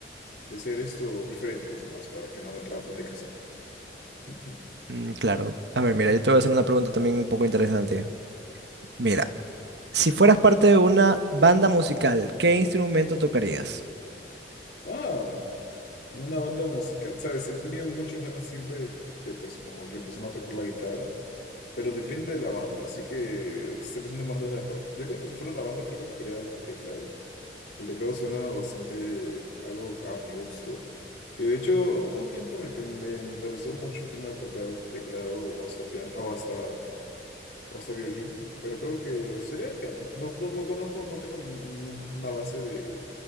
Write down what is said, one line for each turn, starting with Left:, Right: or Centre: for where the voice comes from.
Left: de ser esto diferente a los demás, para que no me traten de cazar. <laughs> Ujú.
Right: Mm, claro. A ver, mira, yo te voy a hacer una pregunta también un poco interesante. Mira, si fueras parte de una banda musical, ¿qué instrumento tocarías?
Left: Ah, una banda musical. Sabes, he tenido muchas ganas siempre de, de, pues, como que persona tocar la guitarra, pero depende de la banda, así que estoy pensando en bandas de rock. Yo creo que si fuera una banda, creo que tocaría el teclado. El teclado suena bastante algo a mi gusto. Que de hecho, hubo un tiempo en el que me interesó mucho el tema de tocar teclado o hasta piano, o hasta o hasta violín, pero creo que sería el piano. No, no, no conozco, no tengo ningún- ninguna base de,